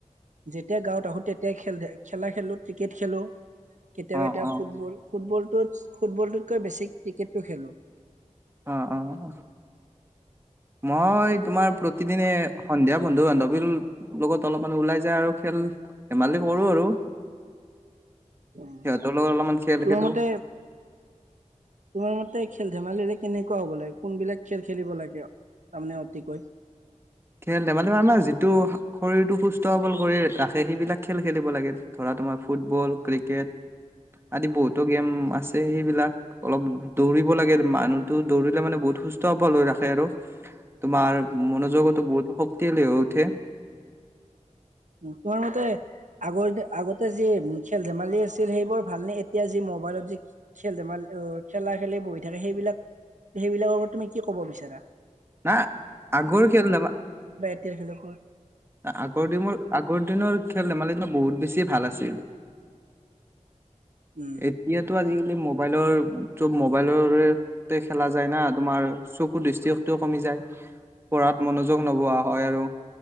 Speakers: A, on the right; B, on the right.
A: যেতিয়া গাঁৱত আহো তেতিয়াই খেল দে খেলা খেলো ক্ৰিকেট খেলো। কেতিয়াবা
B: অ',
A: এতিয়া
B: অ',
A: ফুটবল, ফুটবল ফুটবলটোতকৈ বেছি ক্ৰিকেটটো খেলোঁ।
B: অ', অ', মই তোমাৰ প্ৰতিদিনে সন্ধিয়া বন্ধু বান্ধৱীৰ লগত অলপ মানে ওলাই যায় আৰু খেল ধেমালি কৰো আৰু।
A: তোমাৰ
B: সিহঁতৰ লগত অলপমান খেল খেলো
A: মতে, তোমাৰ মতে খেল ধেমালিৰে কেনেকুৱা হ'ব লাগে, কোনবিলাক খেল খেলিব লাগে, তাৰমানে অতিকৈ?
B: খেল ধেমালি মানে আমাৰ যিটো শৰীৰটো সুস্থ সবল কৰি ৰাখে সেইবিলাক খেল খেলিব লাগে ধৰা তোমাৰ ফুটবল ক্ৰিকেট আদি বহুতো গেম আছে সেইবিলাক অলপ দৌৰিব লাগে মানুহটো দৌৰিলে মানে বহুত সুস্থ সবল হৈ ৰাখে আৰু তোমাৰ মনোযোগত
A: উম
B: শক্তিশালী হৈ উঠে
A: তোমাৰ মতে আগৰ আগতে যি খেল ধেমালি আছিল সেইবোৰ ভালনেে এতিয়া যি মোবাইলত যি খেল ধেমাল অ খেলা খেলি বহি থাকে সেইবিলাক সেইবিলাকৰ আগত তুমি কি কব বিচাৰা
B: ন আগৰ খেল ধেমা
A: এতিয়া খনেুৱ <unintelligible>
B: আগৰ দিনবোৰ আগৰ দিনৰ খেল ধেমালি বিলাক বহুত বেছি ভাল আছিল
A: উম
B: এতিয়াটো আজিকালি মোবাইলৰ চব মোবাইলৰেতে খেলা যায় না তোমাৰ চকু দৃষ্টিশক্তিও কমি যায়, পঢ়াত মনোযোগ নবহাও হয় আৰু